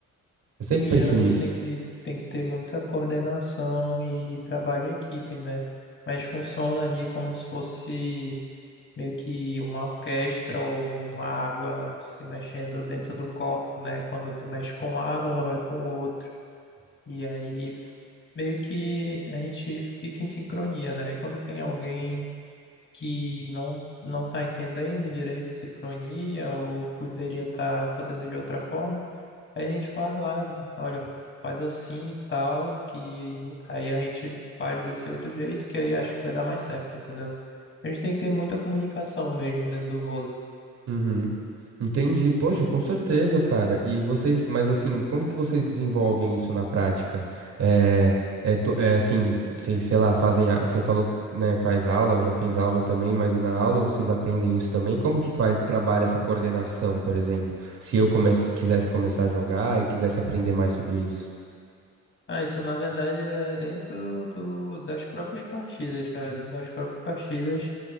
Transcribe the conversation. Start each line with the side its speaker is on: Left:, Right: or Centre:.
Right: Eu sempre
Left: Sim,
Right: penso
Left: geralmente
Right: nisso.
Left: tem que, tem que ter muita coordenação e trabalho em equipe, né? Mas funciona ali como se fosse meio que uma orquestra ou uma água se mexendo dentro do copo, né? Quando tu mexe para um lado, ela vai para o outro. E aí meio que a gente fica em sincronia, né? Quando tem alguém que não não está entendendo direito a sincronia ou poderia estar fazendo de outra forma, Aí a gente faz lá, olha, faz assim e tal, que aí a gente faz desse outro jeito, que aí acho que vai dar mais certo, entendeu? A gente tem que ter muita comunicação mesmo dentro do vôlei.
Right: Uhum. Entendi, poxa, com certeza, cara. E vocês, mas assim, como que vocês desenvolvem isso na prática? É, é, to- é assim, sei, sei lá, fazem, a- você falou que, né, faz aula, já fez aula também, mas na aula vocês aprendem isso também? Como que faz, trabalha essa coordenação, por exemplo? Se eu comece, quisesse começar a jogar e quisesse aprender mais sobre isso.
Left: Ah, isso na verdade é dentro do, das próprias partidas, cara. Dentro das próprias partidas,